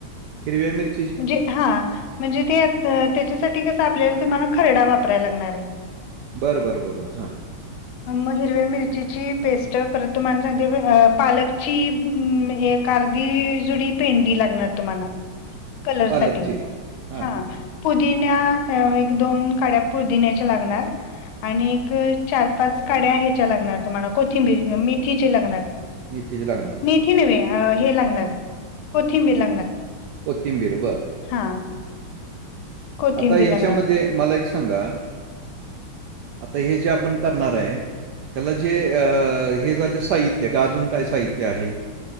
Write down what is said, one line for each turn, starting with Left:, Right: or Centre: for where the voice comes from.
Right: हिरव्या मिर्ची
Left: म्हणजे हा म्हणजे ते त्याच्यासाठी कसं आपल्याला त मला खरडा वापरायला लागणार आहे.
Right: बरं बरं बरंबरं हां.
Left: मग हिरव्या मिरचीची पेस्ट. परत तुम्हाला सांगते पालकची हम् एक अर्धी जुडी पेंडी लागणार तुम्हाला. कलर
Right: पालकची
Left: साठी
Right: हां
Left: हा. पुदिन्या एक दोन काड्या पुदिन्याच्या लागणार. आणि एक चार- पाच काड्या ह्याच्या लागणार तुम्हाला कोथिंबीरी, मेथीची लागणार.
Right: मेथीच लागणार.
Left: मेथी नव्हे हे लागणार. कोथिंबीर.
Right: कोथिंबीर बरं.
Left: हा कोथिंबीर
Right: आता ह्याच्यामध्ये
Left: लागणार.
Right: मला एक सांगा आता हे जे आपण करणार आहे. ह्याला जे अ हे झाले साहित्य का अजून काय? साहित्य आहे.